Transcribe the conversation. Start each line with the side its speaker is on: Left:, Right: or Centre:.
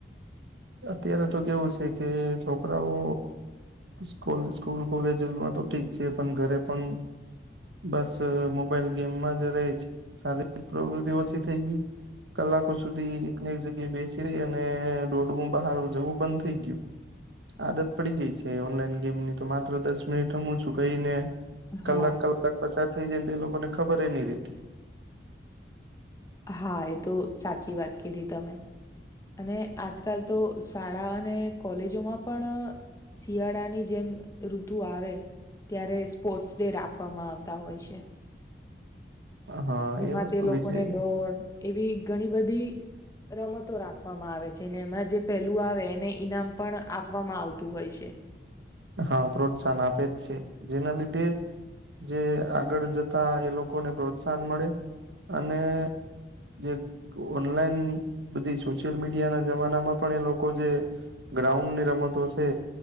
Right: અત્યારે તો કેવું છે કે છોકરાઓ સ્કૂલ સ્કુલ કોલેજમાં તો ઠીક છે પણ ઘરે પણ બસ મોબાઈલ ગેમમાં જ રહે છે શારીરિક પ્રવૃતિ ઓછી થઈ ગઈ કલાકો સુધી એકને એક જગ્યાએ બેસી રહી અને રોડું બહાર જવું બંધ થઈ ગયું. આદત પડી ગઈ છે ઓનલાઈન ગેમની તો માત્ર દસ મિનિટ રમું છું કઈને કલાક
Left: હા
Right: કલાક પસાર થઈ જાય તે એ લોકો ને ખબરય નહી રહેતી.
Left: હા એ તો સાચી વાત કીધી તમે. અને આજકાલ તો શાળા અને કોલેજોમાં પણ શિયાળાની જેમ ઋતુ આવે ત્યારે સ્પોર્ટ્સ ડે રાખવામાં આવતા હોય છે.
Right: હા
Left: જેમાં
Right: એ વસ્તુ
Left: તે લોકોને
Right: વિશે
Left: દોડ એવી ઘણી બધી રમતો રાખવામાં આવે છે ને એમાં જે પહેલું આવે એને ઈનામ પણ આપવામાં આવતું હોય છે.
Right: હા પ્રોત્સાહન આપે જ છે જેના લીધે જે આગળ જતા એ લોકોને પ્રોત્સાહન મળે અને જે ઓનલાઈન બધી સોશિયલ મીડિયા ના જમાનામાં પણ એ લોકો જે ગ્રાઉન્ડની રમતો છે